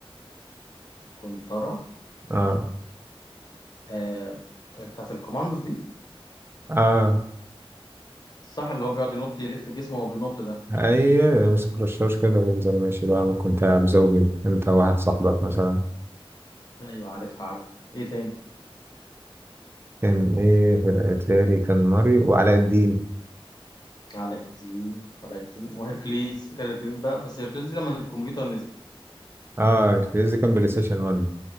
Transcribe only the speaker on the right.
اه
اه
ايوه يمسك رشاش كده وينزل ماشي بقى ممكن تلعب زوجي انت وواحد صاحبك مثلا
كان ايه في الاتاري كان ماريو وعلاء الدين
اه الكريزي كان بلاي ستيشن 1